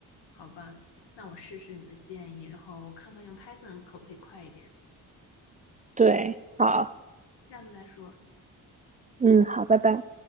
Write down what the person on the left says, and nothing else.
好吧，那我试试你的建议，然后看看用 Python 可不可以快一点。
下次再说。